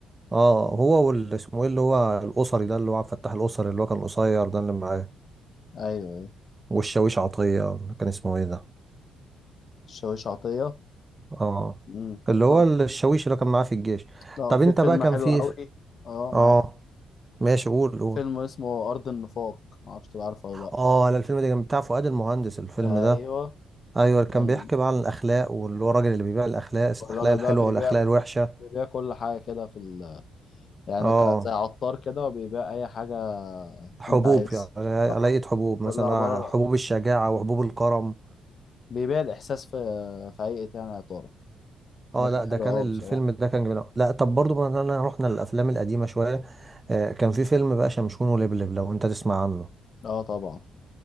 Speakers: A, on the right; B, on the left.
A: اه هو وال اسمه ايه اللي هو الاسري ده اللي هو عبد الفتاح الاسري اللي هو كان قصير ده اللي معاه
B: ايوه ايوه
A: والشاويش عطيه كان اسمه ايه ده
B: الشاويش عطيه
A: اه
B: امم
A: اللي هو
B: كم-
A: الشاويش اللي كان معاه في الجيش
B: لا
A: طب
B: في
A: انت
B: فيلم
A: بقى كان
B: حلو
A: فيه
B: قوي اه معايا
A: اه ماشي قول قول
B: فيلم اسمه ارض النفاق ما اعرفش تبقى عارفه ولا
A: اه لا الفيلم ده كان بتاع فؤاد المهندس الفيلم
B: لا
A: ده
B: ايوه
A: ايوه كان
B: كان
A: بيحكي بقى عن الاخلاق واللي هو الراجل اللي بيبيع الاخلاق
B: الراجل
A: الاخلاق الحلوه
B: بقى بيبيع
A: والاخلاق الوحشه
B: بيبيع كل حاجه كده في ال... يعني
A: اه
B: ك... زي عطار كده وبيبيع اي حاجه
A: حبوب
B: انت عايزها
A: يعني علاقة
B: اه
A: حبوب
B: كلها
A: مثلا
B: عباره
A: حبوب الشجاعه وحبوب الكرم
B: بيبيع الاحساس في في هيئه يعني عطاره
A: اه
B: ده كان
A: لا ده
B: حلو
A: كان
B: قوي
A: الفيلم
B: بصراحه
A: ده كان جميل أوي. لا طب برضو مثلا رحنا للافلام القديمه شويه آه كان في فيلم بقى شمشون ولبلب لو انت تسمع عنه
B: اه طبعا